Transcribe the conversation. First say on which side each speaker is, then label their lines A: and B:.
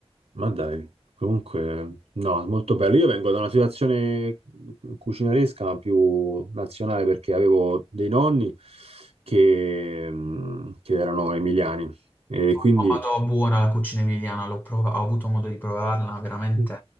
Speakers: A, on the right; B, on the left.
A: Ma dai, comunque, no, molto bello. Io vengo da una situazione cucinaresca, ma più nazionale, perché avevo dei nonni che, mh, che erano emiliani e quindi,
B: Oh, madò, buona la cucina emiliana, l'ho prova- ho avuto modo di provarla, veramente
A: Mm.